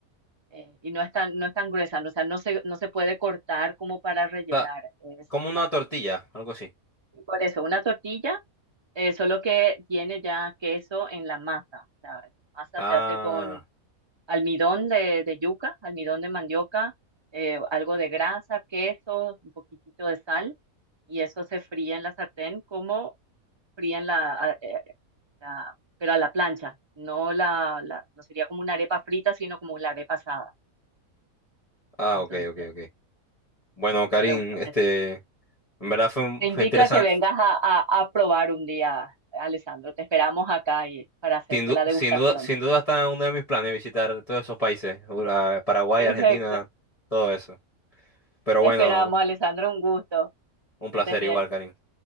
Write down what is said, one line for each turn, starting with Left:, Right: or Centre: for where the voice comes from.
Right: eh, y no es tan, no es tan gruesa, no, o sea, no se, no se puede cortar como para rellenar.
Left: O sea,
Right: Es
Left: como una
Right: más,
Left: tortilla, algo así.
Right: y por eso, una tortilla, eh, solo que tiene ya queso en la masa. O sea, la masa
Left: Ah,
Right: se hace con almidón de, de yuca, almidón de mandioca, eh, algo de grasa, queso, un poquitito de sal, y eso se fría en la sartén como frían la, a- eh, la- pero a la plancha, no la, la- no sería como una arepa frita, sino como una arepa asada.
Left: ah,
Right: Entonces,
Left: ok, ok, ok. Bueno,
Right: esto
Left: Karim,
Right: le gustó.
Left: este,
Right: Eso.
Left: en verdad fue, un-
Right: Te invito
Left: fue interesante.
Right: a que vengas a, a, a probar un día, Alessandro. Te esperamos acá y, para hacerte
Left: Sin, du-
Right: la degustación.
Left: sin duda, sin duda está en uno de mis planes visitar todos esos países, Ura- Paraguay,
Right: Perfecto.
Left: Argentina, todo eso. Pero
Right: Te
Left: bueno,
Right: esperamos, Alessandro. Un gusto.
Left: un
Right: Que
Left: placer
Right: estés bien.
Left: igual, Karim.